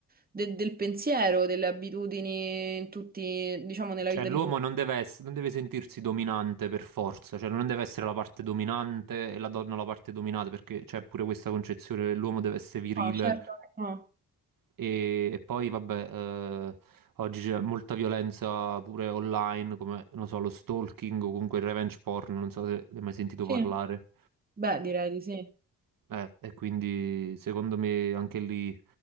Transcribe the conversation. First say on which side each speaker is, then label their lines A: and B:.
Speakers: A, on the right (about 25°); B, on the right (about 70°).
A: de- del pensiero, delle abitudini, in tutti, diciamo, nella
B: Cioè,
A: vita
B: l'uomo
A: di tutti.
B: non deve ess- non deve sentirsi dominante per forza, cioè non deve essere la parte dominante e la donna la parte dominata, perché c'è pure questa concezione che l'uomo deve essere virile
A: No, certo che no.
B: e, e poi, vabbè, eh, oggi c'è molta violenza pure online, come, non so, lo stalking o comunque il revenge porn, non so se ne hai mai sentito
A: Sì,
B: parlare.
A: beh, direi di sì.
B: Eh, e quindi secondo me anche lì